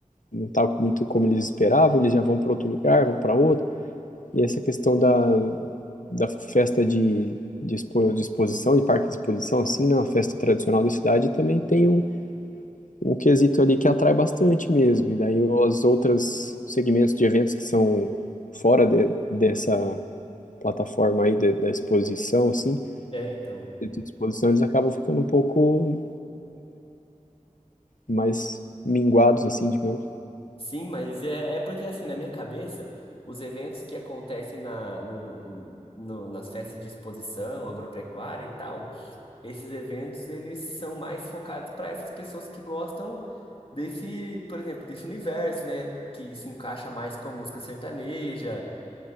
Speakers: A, on the left (about 85°); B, on the left (about 45°).
A: não tá muito como eles esperavam, eles já vão para outro lugar, vão para outro. E essa questão da, da festa de, de, expo, de exposição, de parque de exposição, assim, na festa tradicional da cidade, também tem um, um quesito ali que atrai bastante mesmo. E daí os outros segmentos de eventos que são fora de- dessa plataforma aí, de- da exposição, assim,
B: É, então.
A: dentro de exposição, eles acabam ficando um pouco mais minguados, assim, digamos.
B: Sim, mas é, é porque, assim, na minha cabeça, os eventos que acontecem na, no, no- nas festas de exposição agropecuária e tal, Esses eventos, eles são mais focados para essas pessoas que gostam desse, por exemplo, desse universo, né? Que se encaixa mais com a música sertaneja,